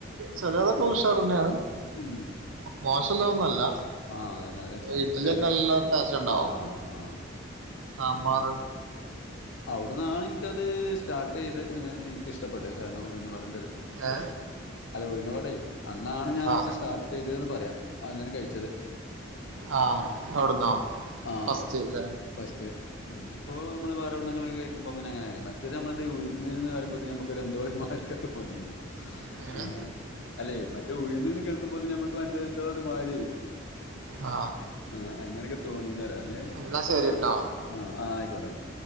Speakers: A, on the right; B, on the left.
A: ചെലതൊക്കെ ഉഷാർ തന്നെയാണ്.
B: ഉം
A: മോശല്ലത് ഒന്നുംല്ല.
B: ആ അതന്നെ അത് ചിലപ്പോ
A: ഇഡ്ഡലി
B: ചില
A: ഒക്കെ നല്ല ടേസ്റ്റ് ഉണ്ടാവും.
B: ആ ആ ആ
A: സാമ്പാർ.
B: അവിടന്നാണ് എനിക്കത് സ്റ്റാർട്ട് ചെയ്ത് എനിക്ക് ഇഷ്ടപ്പെട്ടത്. കാരണം ഉഴുന്നു വട ൻ്റത്
A: ഏ?
B: അല്ല ഉഴുന്ന് വട അന്നാണ് ഞാൻവിടന്ന്
A: ആ
B: സ്റ്റാട്ട്. ഇതന് പറയാം അദൃംകഴിച്ചത്.
A: ആഹ് അവിട്ന്നോ
B: ആ
A: ഫസ്റ്റ്. ലോ
B: ഫസ്റ്റ് അപ്പോ നമ്മള് പറഞ്ഞു. ണ്ണങ്ങളിന്ന് കേൾക്കുമ്പോ അങ്ങനെആയി മറ്റേത് നമ്മൾ ഉഴിന്ന് പറിമ്പോത്തിനു ഒരു എന്തോമാതിരിയൊക്കെ തോന്നിനു
A: അങ്ങനെ
B: ആഹ് അല്ലെ മറ്റേ ഉഴിന്ന്ന്ന് കേൾക്കുമ്പോത്തിൻ നമ്മക്ക് മറ്റേ എന്തോത് മാരിയെ
A: ആ
B: ആഹ് അങ്ങനെയൊക്കെ തോന്നീൻ പറിയ അന്ന്
A: എന്നാ
B: ഇഷ്ടപ്പെട്ടുന്ന്
A: ശരി കേട്ടോ
B: പറയാ ആഹ് ആഹ് ആയിക്കോട്ടന്നാ